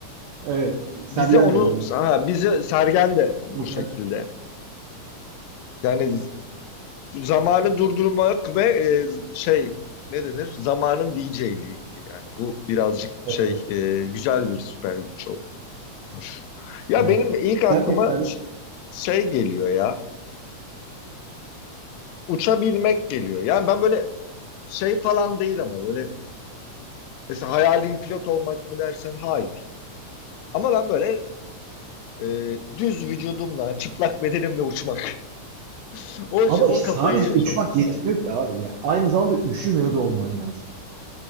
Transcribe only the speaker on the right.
Evet Sergen
de olabilir.
Yok,
ben-
evet,
evet.
Sen ne isterdin?
Ama
işte
sadece
uçmak
yetmiyor ki abi ya. Aynı zamanda üşümüyor da olman lazım yani.